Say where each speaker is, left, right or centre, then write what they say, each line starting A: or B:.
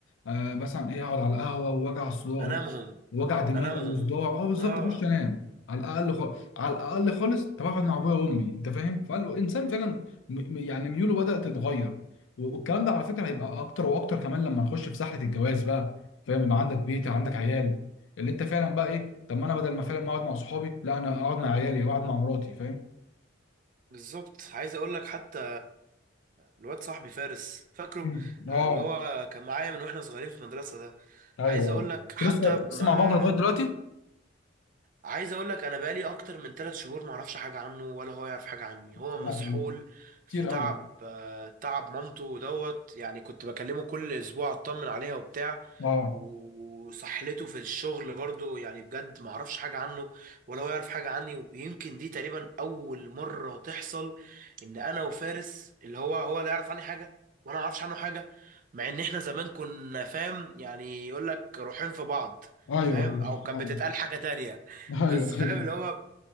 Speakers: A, on the left; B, on the right.
A: آه مثلا ايه اقعد على القهوه ووجع صداع
B: انامهم
A: وجع دماغ
B: انامهم
A: وصداع اه بالظبط
B: اه
A: اخش انام على الاقل خالص على الاقل خالص طب اقعد مع ابويا وامي انت فاهم فالانسان فعلا م... م- يعني ميوله بدات تتغير و- والكلام ده على فكره هيبقى اكتر واكتر كمان لما نخش في سحله الجواز بقى فاهم يبقى عندك بيت عندك عيال اللي انت فعلا بقى ايه طب ما انا بدل ما فعلا ما اقعد مع صحابي لا انا اقعد مع عيالي او اقعد مع مراتي فاهم
B: بالظبط عايز اقول لك حتى الواد صاحبي فارس فاكره
A: مم.
B: آه،
A: اه
B: اللي هو كان معايا من واحنا صغيرين في المدرسة ده
A: ايوه
B: عايز اقول
A: ايوه
B: لك حتى
A: انت لسه لسه
B: ما
A: مع بعض لغايه دلوقتي
B: عايز اقول لك انا بقالي اكتر من ثلاث شهور ما اعرفش حاجه عنه ولا هو يعرف حاجه عني هو
A: يا
B: مسحول
A: لهوي
B: في
A: كتير
B: تعب
A: قوي
B: آه، تعب مامته ودوت يعني كنت بكلمه كل اسبوع اطمن عليها وبتاع
A: اه
B: وسحلته في الشغل برضو يعني بجد ما اعرفش حاجة عنه ولا هو يعرف حاجة عني ويمكن دي تقريبا اول مرة تحصل ان انا وفارس اللي هو هو لا يعرف عني حاجة وانا ما اعرفش عنه حاجة مع ان احنا زمان كنا فاهم يعني يقول لك روحين في بعض
A: ايوه
B: فاهم
A: ايوه
B: او كانت
A: اه
B: بتتقال حاجة تانية
A: ايوه
B: بس فاهم
A: ايوه
B: اللي هو